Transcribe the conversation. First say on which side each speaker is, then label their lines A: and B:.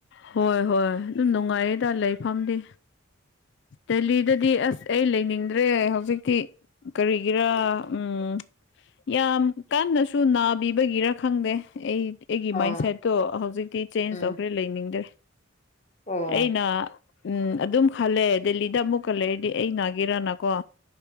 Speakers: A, on the left; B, on the left.
A: ꯍꯣꯏ ꯍꯣꯏ ꯑꯗꯨꯝ ꯅꯨꯡꯉꯥꯏꯌꯦꯗ ꯂꯩꯐꯝꯗꯤ ꯗꯦꯍꯤꯗꯗꯤ ꯑꯁ ꯑꯩ ꯂꯩꯅꯤꯡꯗ꯭ꯔꯦ ꯍꯧꯖꯤꯛꯇꯤ ꯀꯔꯤꯒꯤꯔꯥ ꯎꯝ ꯌꯥꯝ ꯀꯟꯅꯁꯨ ꯅꯥꯕꯤꯕꯒꯤꯔ ꯈꯪꯗꯦ ꯑꯩ ꯑꯩꯒꯤ
B: ꯑꯣ
A: ꯃꯥꯏꯟꯁꯦꯠꯇꯣ ꯍꯧꯖꯤꯛꯇꯤ ꯆꯦꯟꯖ
B: ꯎꯝ
A: ꯇꯧꯈ꯭ꯔꯦ ꯂꯩꯅꯤꯡꯗ꯭ꯔꯦ
B: ꯑꯣ
A: ꯑꯩꯅ ꯎꯝ ꯑꯗꯨꯝ ꯈꯜꯂꯦ ꯗꯦꯜꯂꯤꯗ ꯑꯃꯨꯛꯀ ꯂꯩꯔꯗꯤ ꯑꯩ ꯅꯥꯒꯦꯔꯅꯀꯣ